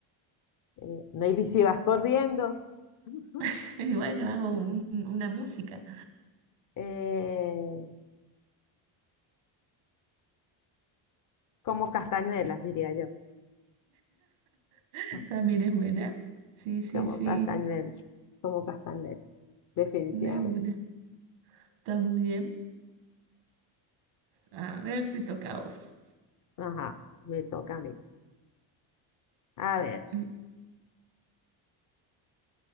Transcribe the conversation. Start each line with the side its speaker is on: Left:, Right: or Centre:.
Left: eh, maybe si vas corriendo, <laughs>
Right: <laughs> Y bueno, hago un- una música.
Left: eh, como castañuelas, diría yo.
Right: <laughs>
Left: <laughs>
Right: También es buena. Sí, sí,
Left: Como
Right: sí,
Left: castañuelas, como castañuelas, definitivamente.
Right: de una. Está muy bien. A ver, te toca a vos.
Left: Ajá, me toca a mí. A ver.
Right: Mm,